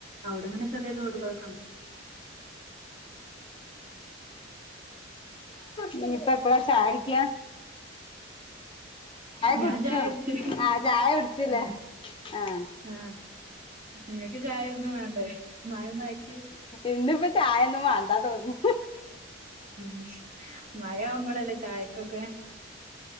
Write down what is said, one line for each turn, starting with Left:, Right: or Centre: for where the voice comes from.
Right: അവിടെങ്ങനെ ചെറിയ തോടുകളൊക്കെ ണ്ട്
Left: നി ഇപ്പ എപ്പളാ ചായുടിക്കാ
Right: ഞാൻ
Left: കുടിച്ചോ
Right: ചായുടിച്ചു
Left: ആഹ് ചായ കുടിച്ചില്ലേ
Right: ആ
Left: ആഹ്
Right: ആ ങ്ങക്ക് ചായൊന്നും വേണ്ടേ മഴ ഒന്നായിട്ട്
Left: എന്ന്പ്പ ചായ ന്നും വാണ്ടാ തോന്നു
Right: ഉം മഴയാവുമ്പളല്ലേ ചായക്കൊക്കെ